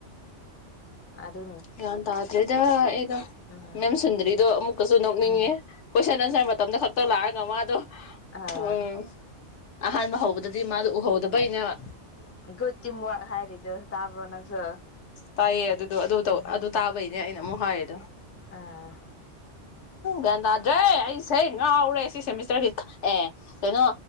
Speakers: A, on the left (about 20°); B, on the left (about 70°).
A: ꯑꯗꯨ
B: ꯒꯌ꯭ꯥꯟ ꯇꯥꯗꯔ꯭ꯦꯗꯥ ꯑꯩꯗꯣ
A: ꯎꯝ
B: ꯃꯦꯝ ꯁꯨꯟꯗꯔ꯭ꯤꯗꯣ ꯑꯃꯨꯛꯀꯁꯨ ꯨ ꯅꯣꯛꯅꯤꯡꯉꯦ
A: ꯎꯝ
B: ꯀꯣꯏꯁꯟ ꯑꯟꯁꯔ ꯃꯇꯝꯗ ꯈꯛꯇ ꯂꯥꯛꯑꯒ ꯃꯥ ꯎꯝ
A: ꯑꯥ
B: ꯑꯍꯥꯟꯕ ꯍꯧꯕꯗꯗꯤ ꯃꯥꯗꯣ ꯎꯍꯧꯗꯕꯩꯅ
A: ꯒꯨꯗ ꯇꯤꯝ ꯋꯥꯔꯛ ꯍꯥꯏꯔꯤꯗꯨ ꯇꯥꯕ꯭ꯔꯣ ꯅꯪꯁꯨ
B: ꯇꯥꯏꯌꯦ ꯑꯗꯨꯗꯣ ꯑꯗꯨ ꯇꯧ
A: ꯎꯝ ꯎꯝ
B: ꯑꯗꯨ ꯇꯥꯕꯩꯅꯦ ꯑꯩꯅ ꯑꯃꯨꯛ ꯍꯥꯏꯔꯤꯗꯣ
A: ꯑꯥ
B: ꯒ꯭ꯌꯥꯟ ꯇꯥꯗ꯭ꯔꯦ ꯑꯩꯁꯦ ꯉꯥꯎꯔꯦ ꯁꯤ ꯁꯦꯃꯤꯁꯇꯔ ꯑꯦ ꯀꯩꯅꯣ